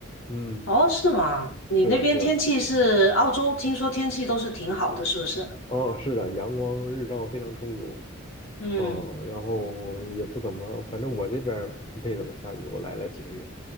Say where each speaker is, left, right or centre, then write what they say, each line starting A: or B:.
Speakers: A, on the left; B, on the left.
A: 嗯，
B: 哦，是吗？你那边天气是澳洲，
A: 是的，是的，
B: 听说天气都是挺好的，是不是？
A: 哦，是的，阳光日照非常充足，
B: 嗯，
A: 嗯，然后也不怎么，反正我这边儿没怎么下雨，我来了几个月，